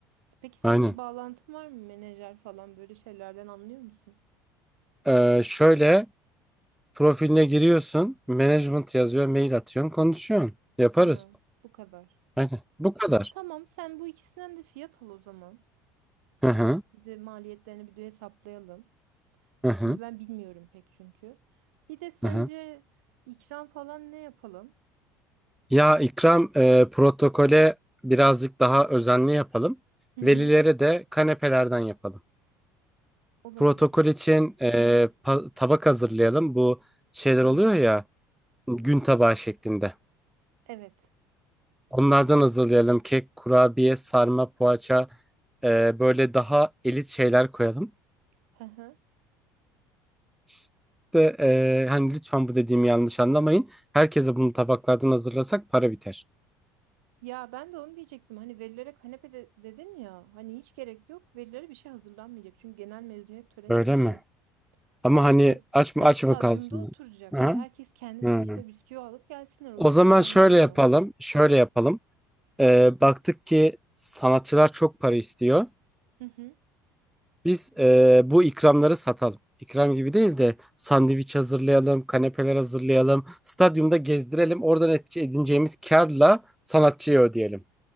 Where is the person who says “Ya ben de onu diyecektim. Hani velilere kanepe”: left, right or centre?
Right